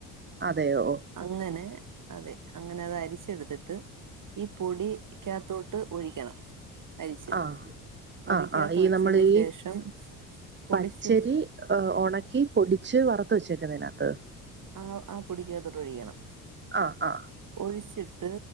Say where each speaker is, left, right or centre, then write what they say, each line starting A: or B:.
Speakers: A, on the right; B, on the right.
A: അതെയോ
B: അങ്ങനെ അതെ അങ്ങനെഅരിച്ചെടുത്തട്ട് ഈ പൊടികാക്കത്തോട്ട് കാത്തോട്ട് ഒഴിക്കണം അരിച്ച്
A: ആ
B: പൊടിക്കകത്ത്
A: ആ ഇ
B: ഒഴിച്ചതിന്
A: നമ്മള്ഇ
B: ശേഷം പൊടിച്ച്
A: പച്ചരി ഉണക്കി പൊടിച്ച് വറു റുത് വച്ചേക്കണത്
B: ആ ആ പൊടിയാതൊട്ട് ഒഴിക്കണം
A: ആ ആ
B: ഒഴിച്ചിട്ട്